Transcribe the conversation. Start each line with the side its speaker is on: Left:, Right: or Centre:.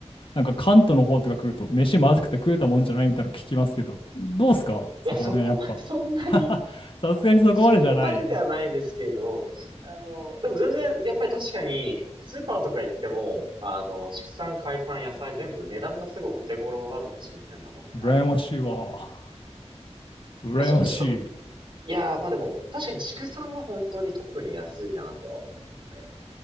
Left: なんか関東の方とか来ると、飯まずくて食えたもんじゃないみたいなの聞きますけど、どうすかそこら辺やっぱ。
Right: いや、そこまでそんなに、
Left: <laughs> さすがにそこまでじゃない。
Right: そこまでではないですけど、あの、でも全然、やっぱり確かに、スーパーとか行っても、あの、畜産、海産、野菜全部値段がすごいお手頃なので、新鮮なものが。
Left: 羨ましいわ。羨ましい。
Right: まあ、そうですと、いやー、まあでも、確かに畜産は本当に特に安いなとは思うので、